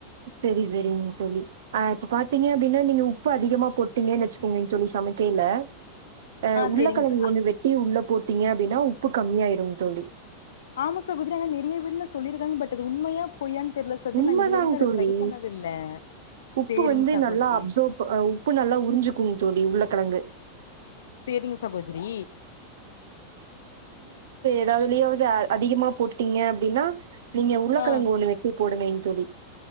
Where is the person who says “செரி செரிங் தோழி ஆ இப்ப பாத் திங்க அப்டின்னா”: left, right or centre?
Right